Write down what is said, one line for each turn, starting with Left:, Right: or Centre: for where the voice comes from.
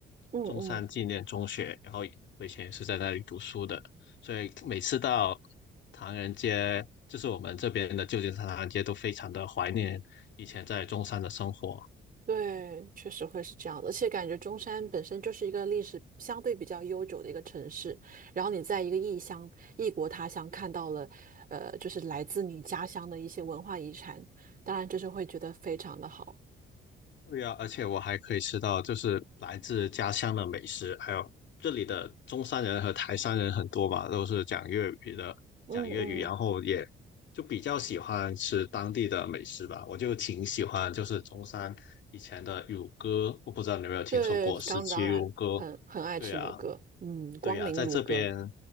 Right: 嗯嗯。
Left: 中山纪念中学，然后我以前也是在那里读书的，所以每次到唐人街，就是我们这边的旧金山唐人街都非常的怀念以前在中山的生活。
Right: 对，确实会是这样的，而且感觉中山本身就是一个历史相对比较悠久的一个城市，然后你在一个异乡、异国他乡看到了，呃，就是来自你家乡的一些文化遗产，当然就是会觉得非常的好。
Left: 对呀，而且我还可以吃到就是来自家乡的美食，还有这里的中山人和台山人很多吧，都是讲粤语的，
Right: 嗯嗯，
Left: 讲粤语，然后也就比较喜欢吃当地的美食吧。我就挺喜欢，就是中山以前的乳鸽，我不知道你有没有听说过十七乳鸽？
Right: 对，刚当然很很爱吃卤鸽，
Left: 对呀，
Right: 嗯，光明卤鸽。
Left: 对呀，在这边，